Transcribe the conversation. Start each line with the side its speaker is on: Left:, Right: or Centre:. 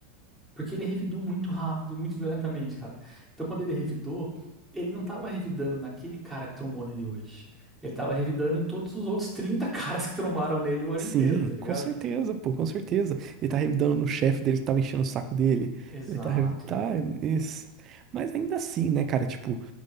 Centre: porque ele revidou muito rápido e muito violentamente, cara. Então, quando ele revidou, ele não tava revidando naquele cara que trombou nele hoje. Ele tava revidando em todos os outros 30 <laughs> caras que trombaram nele o ano
Right: Sim,
Centre: inteiro, tá ligado?
Right: com certeza, pô, com certeza. Ele tá revidando no chefe dele que tava enchendo o saco dele.
Centre: Exato.
Right: Ele tá, revi- tá, isso. Mas ainda assim, né, cara? Tipo,